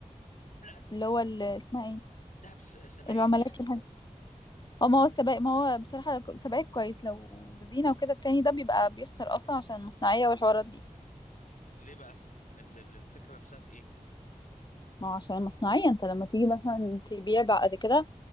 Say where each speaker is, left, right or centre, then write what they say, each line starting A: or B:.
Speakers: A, on the left; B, on the left.
A: لا
B: اللي هو ال- اسمها ايه
A: ذهب س- سبائك
B: العملات الحاجة اه ما هو السبائك ما هو بصراحة سبائك كويس لو زينة وكده التاني ده بيبقى بيخسر اصلا عشان المصنعية والحوارات دي
A: ليه بقى ال- ال- الفكره نفسها في ايه
B: ما هو عشان المصنعية انت لما تيجي مثلا تبيع بعد كده